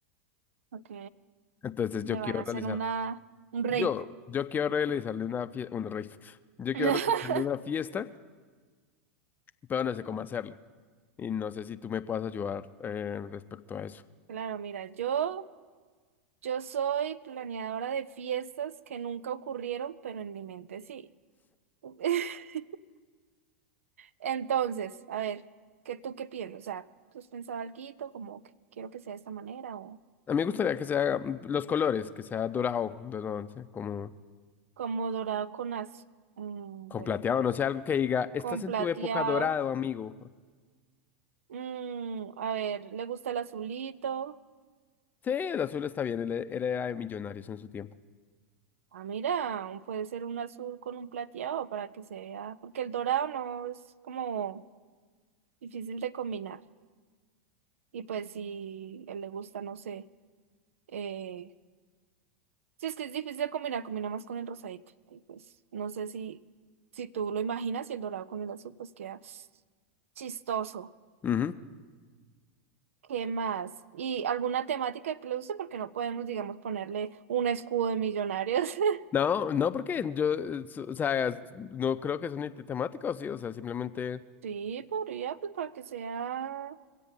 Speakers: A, on the right; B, on the left.
A: Ok,
B: Entonces
A: le
B: yo quiero
A: van a
B: realizar,
A: hacer una, un rave.
B: yo, yo quiero realizarle una fiesta, un rave. Yo quiero
A: <laughs>
B: realizarle una fiesta, pero no sé cómo hacerle. Y no sé si tú me puedas ayudar eh, respecto a eso.
A: Claro, mira, yo. Yo soy planeadora de fiestas que nunca ocurrieron, pero en mi mente sí. <laughs> Entonces, a ver, ¿qué tú qué piensas? O sea, ¿tú has pensado algo como que quiero que sea de esta manera o
B: A mí me gustaría que sea mm, los colores, que sea dorado, dorado, no sé, como...
A: como dorado con azul?
B: Con
A: espérate,
B: plateado, no sé, algo que diga, estás
A: con
B: en
A: plateado.
B: tu época dorado, amigo.
A: Mm, a ver, ¿le gusta el azulito?
B: Sí, el azul está bien, él e- era de millonarios en su tiempo.
A: Ah, mira, un- puede ser un azul con un plateado para que se vea, porque el dorado no es como difícil de combinar. Y pues si a él le gusta, no sé. Eh, sí, es que es difícil de combinar, combina más con el rosadito. Y pues no sé si, si tú lo imaginas y el dorado con el azul, pues queda chistoso.
B: Ujú.
A: ¿Qué más? ¿Y alguna temática que le guste? Porque no podemos, digamos, ponerle un escudo de millonarios. <laughs>
B: No, no, porque yo, eh, so- o sea, s- no creo que sea un ítem temático, sí, o sea, simplemente
A: Sí, podría, pues para que sea,